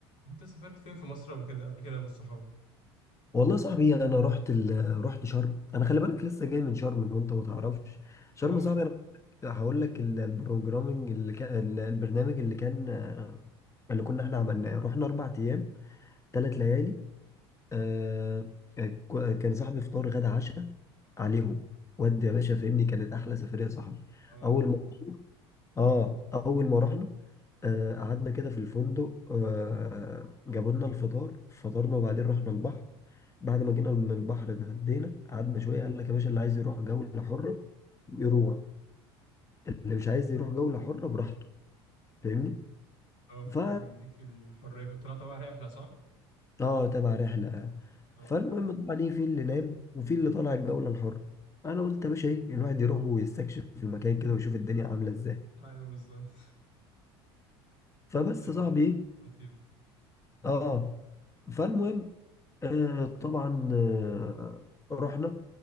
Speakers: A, on the left; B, on the left.
A: انت سافرت فين في مصر ابو كده قبل كده ابو الصحاب
B: والله يا صاحبي انا رحت ال... رحت شرم انا خلي بالك لسه جاي من شرم لو انت ما تعرفش شرم
A: اه
B: يا صاحبي انا هقول لك ال- البروجرامنج اللي كان البرنامج اللي كان آه، اللي كنا احنا عملناه رحنا اربع ايام ثلاث ليالي آه... ك- كان صاحبي فطار غدا عشاء عليهم ودي يا باشا فهمني كانت احلى سفريه يا صاحبي
A: اه
B: اول
A: الو-
B: ما اه اول ما رحنا آه، قعدنا كده في الفندق آه، جابوا لنا الفطار فطرنا وبعدين رحنا البحر بعد ما جينا من البحر اتغدينا قعدنا شويه قال لك يا باشا اللي عايز يروح جوله حره يروح اللي مش عايز يروح جوله حره براحته فاهمني
A: اه فهو
B: ف
A: كان مديك الحريه كنت طالع طبعا رحله صح
B: اه تبع رحله
A: اه
B: فالمهم طبعا ايه في اللي نام وفي اللي طالع الجوله الحره انا قلت يا باشا ايه الواحد يروح ويستكشف في المكان كده ويشوف الدنيا عامله ازاي
A: ايوه بالظبط
B: فبس
A: <laughs> كان
B: يا صاحبي ايه
A: لطيف
B: اه فالمهم آه طبعا آه رحنا